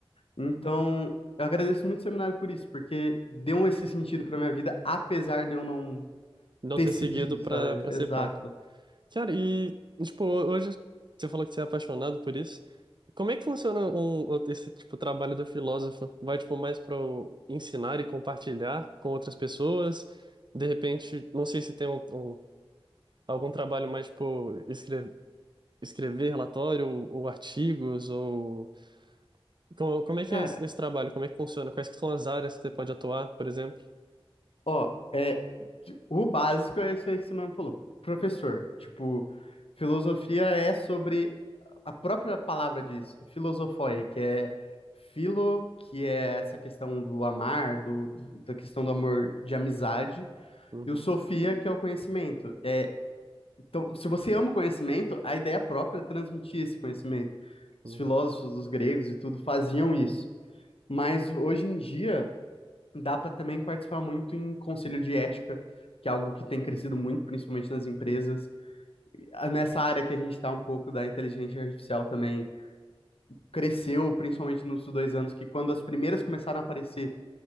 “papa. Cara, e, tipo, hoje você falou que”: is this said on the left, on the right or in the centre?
Right